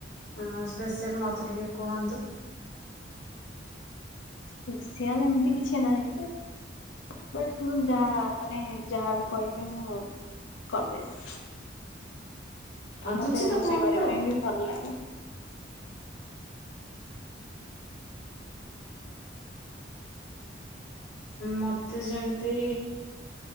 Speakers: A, on the left; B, on the left.
A: ହଁ ସ୍ପେଶାଲ ମତେ ଟିକେ କୁହନ୍ତୁ।
B: ପେସିଆଲ ଏମିତି କିଛି ନାହିଁ ଯେ ବଟ ମୁଁ ଯାହା ମାନେ ଯାହାବି କହିବେ ମୁଁ କରିଦେବି। ମତେ
A: କିଛି ତ
B: ରୋଷେଇ
A: କୁହନ୍ତୁ
B: କରିବା ପାଇଁ ବି ଭଲ ଲାଗେ।
A: ମତେ ଯେମତି